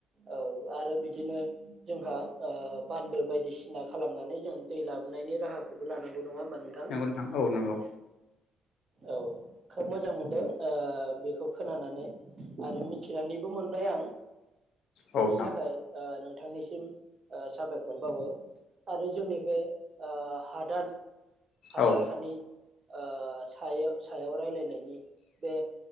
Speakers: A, on the right; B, on the left.
A: औ आरो बिदिनो जोंहा ओ बान्दो बायदिसिना खालामनानै जों दै लाबोनायनि राहाखौबो लानांगौ। नङा होमबा नोंथां?
B: नंगौ औ नंगौ
A: औ मोजां मोनदों ओ बेखौ खोनानानै आरो मि थिनानैबो मोनबाय आं। बेनि
B: औ नोंथां
A: थाखाय ओ नों बिथांनिसिम साबायखरबावो आरो जोंनि बे ओ हादान हादान
B: औ
A: हानि ओ सायाव सायाव राय्लायनायनि बे